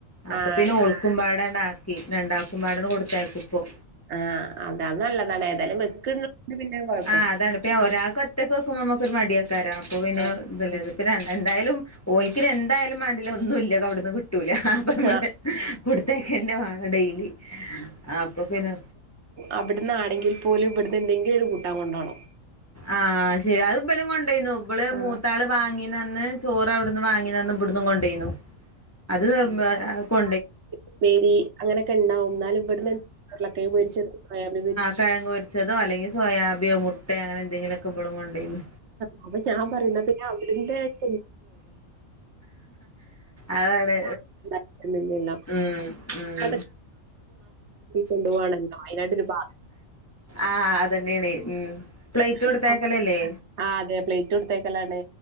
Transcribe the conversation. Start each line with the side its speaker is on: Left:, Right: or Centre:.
Left: അപ്പൊ
Right: ആ
Left: പിന്നെ
Right: അതെ
Left: ഓൾക്കുമ്പാടന്ന ആക്കി. രണ്ടാൾക്കുബാട കൊടുത്തയ്ക്കും ഇപ്പൊ.
Right: ആഹ അതാ നല്ലതാണ് ഏതായാലും വെക്ക്‌ ന്ന പിന്നേ കൊഴ
Left: ആ അതാണ്പ്പേ ഒരാൾക്ക് ഒറ്റക്ക് വെക്കുമ്പോ നമ്മുക്ക് ഒരു മടിയക്കാര. അപ്പൊ പിന്നെ
Right: ആ
Left: ഇതല്ലേ പിന്ന രണ്ട എന്തായാലും, ഓലിക്കിന എന്തായാലും വേണ്ടില്ല, ഒന്നും ഇല്ല അവിടന്ന് കിട്ടൂല, അപ്പൊ നമ്മള്
Right: ആ
Left: <unintelligible> ഡെലി അപ്പൊ പിന്നെ.
Right: അവിടന്ന് ആണെങ്കിൽ പോലും ഇവിടുന്ന് എന്തെങ്കിലും ഒരു കൂട്ടാ കൊണ്ടോണം.
Left: ആഹ ശെരിയ അത് ഇപ്പലും കൊണ്ടേന്നു. ഇപ്പള്
Right: ആഹ്
Left: മൂത്താള് വാങ്ങി നന്ന് ചോറ അവിടന്ന് വാങ്ങിന്നന്ന്‌ ഇവ്ടന്ന് കൊണ്ടേന്നു. അത് മ കൊ
Right: ഉപേരി അങ്ങനൊക്കെ ഉണ്ടാവും ന്നാലും ഇവിടുന്ന് <unintelligible> രുളകെയങ്ങു പൊരിച്ചത്, <unintelligible> പൊരിച്ചത്
Left: കഴങ്ങുപോരിച്ചതോ അല്ലെങ്കിൽ സോയാബിയോ മുട്ട അങ്ങനെ എന്തെങ്കിലൊക്കെ <unintelligible>
Right: ആ ന്ന ഞാൻ പറയു ന്ന പിന്നെ അവിട <unintelligible>
Left: അതാണ്
Right: <unintelligible>
Left: ഉം ഉം
Right: കൊണ്ടുവാണല്ലോ അയിനട്ടൊരു പ
Left: ആഹ അതന്നേണ് ഉം. പ്ലേറ്റ് കൊടുത്തയക്കലല്ലേ?
Right: പാത്രം ആഹ് അതെ പ്ലേറ്റ് കൊടുത്തേക്കലാണ്